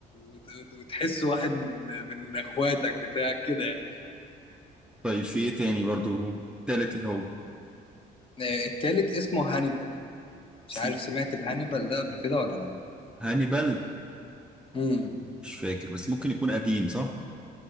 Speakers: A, on the left (about 30°); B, in the centre.
A: وت- وتحس واحد من من اخواتك بتاعك كده يعني
B: طيب في ايه تاني برضو تالت إيه هو
A: آه، التالت اسمه هانيبال مش
B: اسمه
A: عارف سمعت بهانيبال ده قبل كده ولا لا
B: هانيبال
A: امم
B: مش فاكر بس ممكن يكون قديم صح